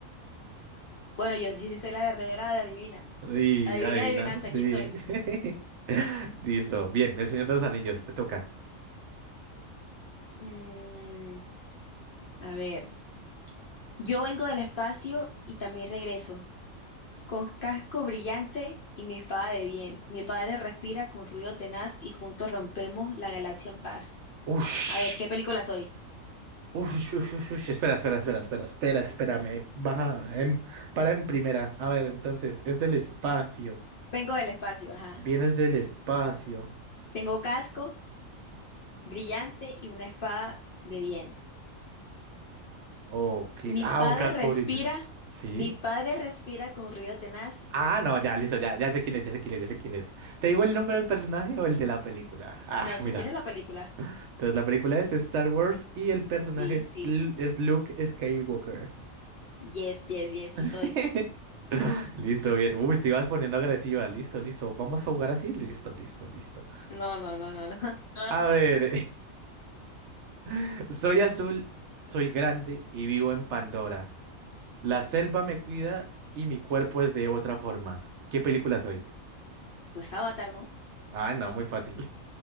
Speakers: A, on the left (about 60°); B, on the right (about 65°).
A: Bueno, yo, yo sí soy la verdadera de adivina.
B: Sí,
A: Adivina,
B: adivina,
A: adivinanza,
B: sí.
A: ¿quién soy?
B: <laughs> Listo. Bien, el Señor de los Anillos, te toca.
A: Mm, a ver, yo vengo del espacio y también regreso, con casco brillante y mi espada de bien. Mi padre respira con ruido tenaz y juntos rompemos la galaxia en paz.
B: Ush,
A: A ver, ¿qué película soy?
B: ush, ush, ush, ush. Espera, espera, espera, espera, espera, espérame. Baja, em- para en primera. A ver, entonces, es del espacio.
A: Vengo del espacio, ajá.
B: Vienes del espacio.
A: Tengo casco brillante y una espada de bien.
B: Oh, qué-
A: Mi
B: ah,
A: padre
B: un casco
A: respira,
B: brilla. ¿Sí?
A: mi padre respira con ruido tenaz
B: Ah, no, ya,
A: y...
B: listo, ya, ya sé quién es, ya sé quién es, ya sé quién es. ¿Te digo el nombre del personaje o el de la película? Ah,
A: No, si
B: mira.
A: quieres la película.
B: Entonces, la película es Star Wars y el personaje
A: Sí,
B: es,
A: sí.
B: Lu- es Luke Skywalker.
A: Yes, yes, yes, sí soy.
B: <laughs> Listo, bien. Uy, te ibas poniendo agresiva. Listo, listo. Vamos a jugar así. Listo, listo, listo.
A: No, no, no, no, no. <laughs> Ah,
B: A ver. <laughs> Soy azul, soy grande y vivo en Pandora. La selva me cuida y mi cuerpo es de otra forma. ¿Qué película soy?
A: Pues Avatar, ¿no?
B: Ay, no, muy fácil.